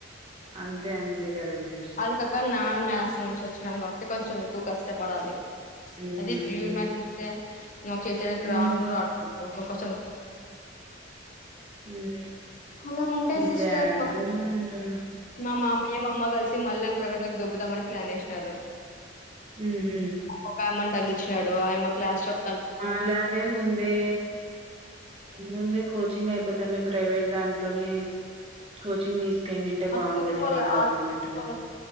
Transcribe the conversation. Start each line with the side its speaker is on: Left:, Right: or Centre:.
Right: అంతే అంతే కదండి సిస్టర్
Left: అదికాక నాన్ మేథ్స్ నుంచి వచ్చినం గాబట్టి కొంచెం ఎక్కువ కష్టపడాలి
Right: ఉహు
Left: అది ప్యూర్ మ్యాథ్స్ ఇస్తే నువ్వు చేసేకి రాను
Right: ఉహు
Left: కూడా రాదు కొకొ
Right: ఉమ్
Left: అలా ఉంటాయి
Right: ఇప్పుడు
Left: సిస్టర్
Right: యాడున్నాంటా
Left: మా మామయ్య, అమ్మా కలిసి మళ్ళ నను ప్రైవేట్ లకు దొబ్బుదామని ప్లాన్ వేసినారు
Right: ఉహు
Left: ఒకా మన <unintelligible> వచ్చాడు ఆయమ్మ క్లాస్ చెప్
Right: అలానే ముందే ముందే కోచింగ్ అయి పోతేనే ప్రైవేట్ దాంట్లోనే కోచింగ్ తీసుకెళ్ళింటే
Left: ఆ
Right: బాగుండు
Left: చూసుకోల
Right: కదండి గవర్నమెంట్
Left: ఆ చూసుకో
Right: ఉమ్